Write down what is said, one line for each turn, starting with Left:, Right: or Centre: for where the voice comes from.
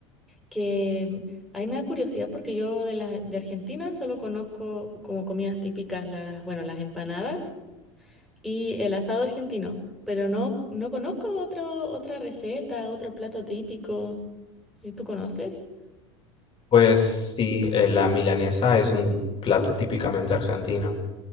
Centre: que mm, ahí me da curiosidad porque yo de, la, de Argentina solo conozco como comidas típicas las, bueno, las empanadas y el asado argentino. Pero no, no conozco otro, otra receta, otro plato típico. ¿Y tú conoces?
Left: Pues sí, eh, la milanesa es un plato típicamente argentino.